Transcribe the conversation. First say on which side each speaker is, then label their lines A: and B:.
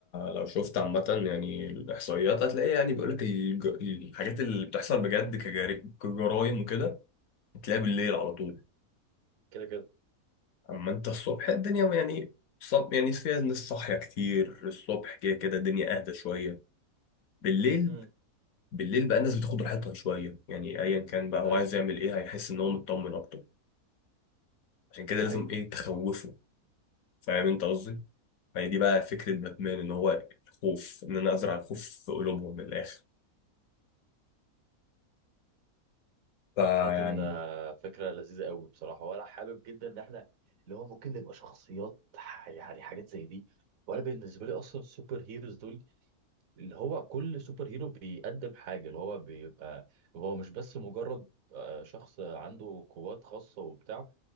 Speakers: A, on the left (about 70°); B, on the right (about 65°).
A: لو شفت عامة يعني الإحصائيات هتلاقي يعني بيقولك الج- الحاجات اللي بتحصل بجد كجري- كجرايم وكده هتلاقيها بالليل
B: مم.
A: على طول
B: كده كده
A: أما انت الصبح الدنيا يعني صب يعني فيها ناس صاحية كتير الصبح كده كده الدنيا أهدى شوية بالليل
B: مم.
A: بالليل بقى الناس بتاخد راحتها شوية يعني أيا كان بقى هو
B: ايوه
A: عايز يعمل إيه هيحس إن هو مطمن أكتر عشان كده
B: دي
A: لازم
B: حقيقة
A: إيه تخوفه فاهم انت قصدي؟ فهي دي بقى فكرة باتمان إن هو الخوف إن أنا أزرع الخوف في قلوبهم من الآخر فيعني
B: عامة آه، فكرة لذيذة قوي بصراحة وأنا حابب جدا إن إحنا اللي هو ممكن نبقى شخصيات ح- يعني حاجات زي دي وأنا بالنسبة لي أصلا السوبر هيروز دول اللي هو كل سوبر هيرو بيقدم حاجة اللي هو بيبقى هو مش بس مجرد آه، شخص عنده قوات خاصة وبتاع